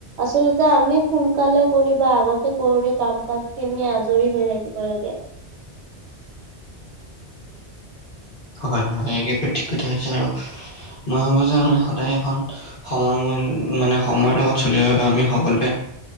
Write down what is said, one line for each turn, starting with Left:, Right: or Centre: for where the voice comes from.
Right: আচলতে আমি সোনকালে কৰি বা আগতে কৰি কাম কাজ খিনি আজৰি হৈ থাকিব লাগে।
Left: হয় হয় একে থিক কথা কৈছে আৰু মৈ ভাবো যে আমি সদায় এখন সময় মূল মানে সময়ৰ লগত চলি আমি সকলোৱে